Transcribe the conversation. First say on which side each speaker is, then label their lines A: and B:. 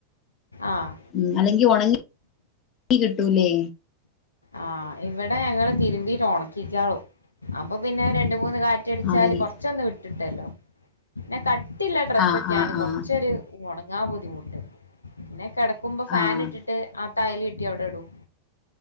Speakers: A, on the left; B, on the left.
A: ആഹ്
B: ഉ അല്ലെങ്കി ഉണങ്ങി കിട്ടൂല്ലേ
A: ആഹ് ഇവിടെ ഞങ്ങള് തിരുമ്പിട്ടാ ഉണക്കിക്കാവൂ അപ്പൊ പിന്നെ രണ്ട്‌ മൂന്ന് കാ റ്റടിച്ചാല്
B: ആണല്ലേ
A: കുറച്ചൊന്ന് വിട്ട് കിട്ടൂല്ലോ പിന്നെ കട്ടിയുള്ള ഡ്രസ്സൊക്കെയാണ്
B: ആഹ് ആഹ് ആഹ്
A: കുറച്ചൊരു ഉണങ്ങാൻ ബുദ്ധിമുട്ട് പിന്നെ കിടക്കുമ്പോ ഫാൻ
B: ആഹ്
A: ഇട്ടിട്ട് ആ അയല് കെട്ടി അവിടെ ഇടും